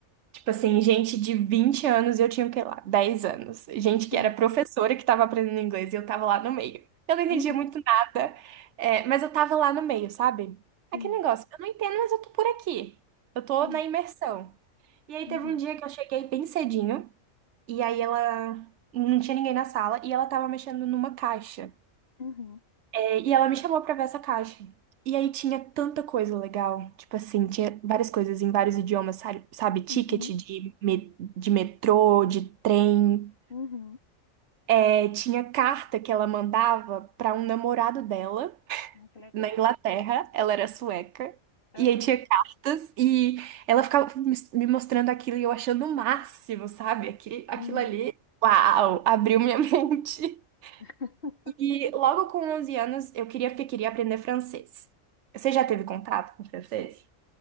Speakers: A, on the right; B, on the left.
A: Tipo assim, gente de 20 anos e eu tinha, o que lá, 10 anos. Gente
B: sim,
A: que era professora que tava aprendendo inglês e eu tava lá no meio. Eu não entendia
B: uhum,
A: muito nada, é, mas eu tava lá no meio, sabe?
B: sim,
A: Aquele negócio, eu não entendo, mas eu tô por aqui. Eu tô
B: sim,
A: na imersão. E aí
B: uhum,
A: teve um dia que eu cheguei bem cedinho. E aí ela não tinha ninguém na sala e ela tava mexendo numa caixa.
B: uhum,
A: É, e ela me chamou pra ver essa caixa. E aí tinha tanta coisa legal, tipo assim, tinha várias coisas em vários idiomas, sabe? Sabe, ticket
B: uhum,
A: de, me- de metrô, de trem.
B: uhum.
A: É, tinha carta que ela mandava pra um namorado dela
B: Ai, que legal.
A: na Inglaterra, ela era sueca.
B: Aham,
A: E aí tinha cartas e ela ficava me me mostrando aquilo e eu achando o máximo, sabe? Aquilo, aquilo
B: sim.
A: ali, uau, abriu minha <laughs> mente.
B: <laughs>
A: E logo com 11 anos eu queria porque queria aprender francês. Você já teve contato com francês?